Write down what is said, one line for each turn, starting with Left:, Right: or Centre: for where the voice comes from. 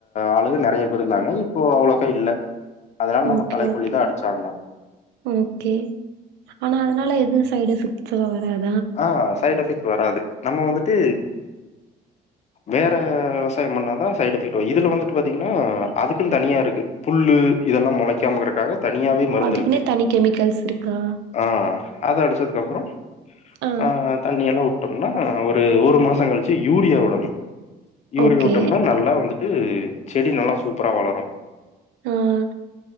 Left: ஆளுக நெறைய பேர் இருந்தாங்க இப்போ அவ்ளோக்கா இல்ல அதனால நம்ப
Right: ஓகே
Left: களைக்கொல்லிதா
Right: ஓகே
Left: அடிச்சாவனு
Right: ஓகே ஆனா அதனால எதுவு சைட் எஃபெக்ட்ஸ்லா வராதா
Left: ஆஹ் சைட் எஃபெக்ட் வராது நம்ம வந்துட்டு வேற விவசாயம் பண்ணாதா சைட் எஃபெக்ட் வரு இதுல வந்துட்டு பாத்தீங்கன்னா அதுக்குன்னு தனியா இருக்கு புல்லு இதெல்லா மொளைக்காம கெடக்கு தனியாவே மருந்துருக்கு
Right: அதுக்குன்னே தனி கெமிக்கல்ஸ் இருக்கா
Left: ஆஹ் அத அடிச்சதுக்கப்றோ
Right: ஆ
Left: ஆஹ் தண்ணி எல்லா வுட் ட்டோம்னா ஒரு ஒரு மாசோ கழிச்சி யூரியா வுடனு யூரியா
Right: ஓகே
Left: வுட்டோம்னா நல்லா வந்துட்டு செடி நல்லா சூப்பரா வளரு
Right: ஆஹ்